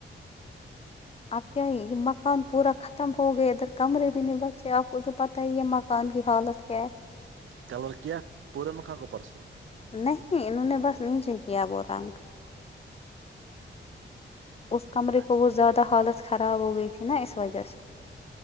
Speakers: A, on the left; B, on the right.
A: آپ کیا یہ مکان پورا ختم ہو گیا ادھر کمرے بھی نہیں بچے آپ کوھ پتہ ہے یہ م خان کی حالت کیا ہے
B: کلر کیا پورنکھا کو پ پرسو
A: نہیں انہوں نے بس نیچے دیا وہ رنگ اس کمرے
B: اچھا
A: کو وہ زیادہ حالت خراب ہو گئی تھی نا اس وجہ سے